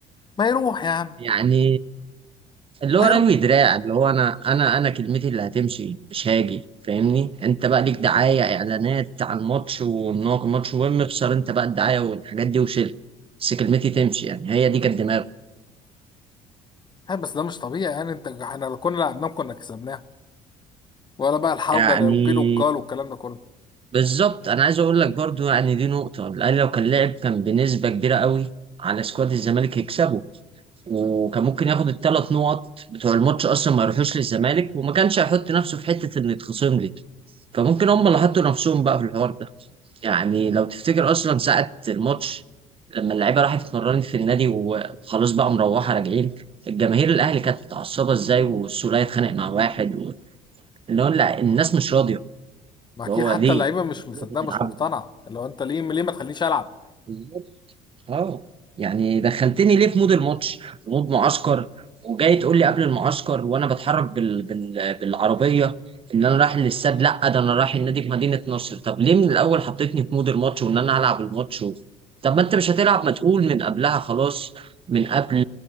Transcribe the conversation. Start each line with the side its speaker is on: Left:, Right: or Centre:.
Left: ما يروح يا عم
Right: يعني اللي
Left: ما
Right: هو روي
Left: يروح
Right: دراع اللي هو انا انا انا كلمتي اللي هتمشي مش هاجي فاهمني انت بقى ليك دعايه اعلانات عن الماتش وان هو كان ماتش مهم اخسر انت بقى الدعايه والحاجات دي وشيلها بس كلمتي تمشي يعني هي دي كانت دماغه
Left: ها بس ده مش طبيعي يعني انت احنا لو كنا لعبناه كنا كسبناه ولا بقى الحوجه
Right: يعني
Left: اللي القيل والقال والكلام ده كله
Right: بالظبط انا عايز اقول لك برضو يعني دي نقطه الاهلي لو كان لعب كان بنسبه كبيره قوي على سكواد الزمالك يكسبه وكان ممكن ياخد الثلاث نقط بتوع الماتش اصلا ما يروحوش للزمالك وما كانش هيحط نفسه في حته انه يتخصم لي فممكن هم اللي حطوا نفسهم بقى في الحوار ده يعني لو تفتكر اصلا ساعه الماتش لما اللعيبه راحت اتمرنت في النادي وخلاص بقى مروحه راجعين الجماهير الاهلي كانت متعصبه ازاي والسوليه اتخانق مع واحد و... اللي هو لا الناس مش راضيه
Left: ما اكيد
Right: اللي هو
Left: حتى
Right: ليه؟
Left: اللعيبه مش
Right: انتوا
Left: مصدقه مش مقتنعه لو انت ليه ليه ما تخلينيش العب
Right: بتلعبوا اه يعني دخلتني ليه في مود الماتش في مود معسكر وجاي تقول لي قبل المعسكر وانا بتحرك بال... بال... بالعربيه ان انا رايح للاستاد لا ده انا رايح النادي في مدينه نصر طب ليه من الاول حطيتني في مود الماتش وان انا هلعب الماتش و... طب ما انت مش هتلعب ما تقول من قبلها خلاص من قبل